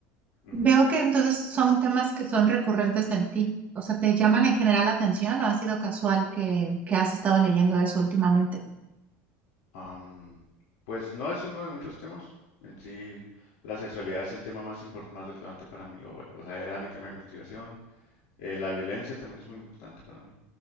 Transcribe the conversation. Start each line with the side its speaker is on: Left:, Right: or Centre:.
Left: ujú.
Right: veo que entonces son temas que son recurrentes en ti. O sea, ¿te llaman en general la atención o ha sido casual que, que has estado leyendo eso últimamente?
Left: Am, pues no es uno de muchos temas. En sí, la sexualidad es el tema más import- más relevante para mí, o, o sea, era mi tema de investigación. Eh, la violencia también es muy importante para mí.